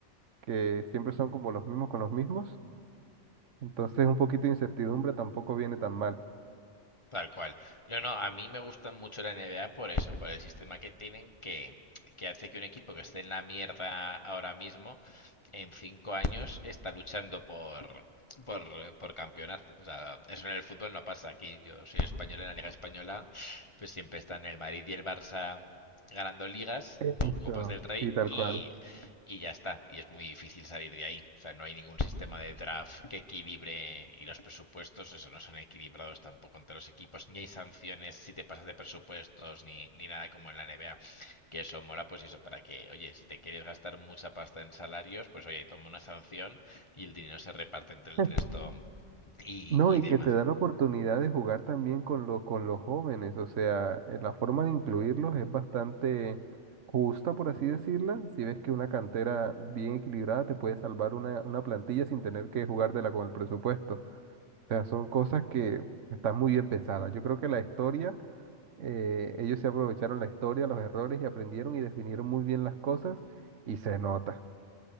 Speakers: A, on the right (about 80°); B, on the left (about 25°).
A: que siempre son como los mismos con los mismos. Entonces un poquito de incertidumbre tampoco viene tan mal.
B: Tal cual. No, no, a mí me gustan mucho la NBA por eso, por el sistema que tienen que, que hace que un equipo que esté en la mierda ahora mismo, en cinco años, está luchando por, por, por campeonar. O sea, eso en el fútbol no pasa. Aquí yo soy español en la Liga Española, pues siempre están el Madrid y el Barça ganando ligas
A: Eso.
B: o Copas del Rey
A: Sí, tal
B: y,
A: cual.
B: y ya está. Y es muy difícil salir de ahí. O sea, no hay ningún sistema de draft que equilibre y los presupuestos, eso no son equilibrados tampoco entre los equipos. Ni hay sanciones si te pasas de presupuestos, ni, ni nada como en la NBA. Que eso mola, pues eso, para que, oye, si te quieres gastar mucha pasta en salarios, pues oye, toma una sanción y el dinero se reparte entre el
A: <laughs>
B: resto y,
A: No,
B: y
A: y
B: demás.
A: que te da la oportunidad de jugar también con lo, con los jóvenes, o sea, eh, la forma de incluirlos es bastante justa, por así decirla. Si ves que una cantera bien equilibrada te puede salvar una, una plantilla sin tener que jugártela con el presupuesto. O sea, son cosas que están muy bien pensadas. Yo creo que la historia eh, ellos se aprovecharon la historia, los errores y aprendieron y definieron muy bien las cosas y se nota.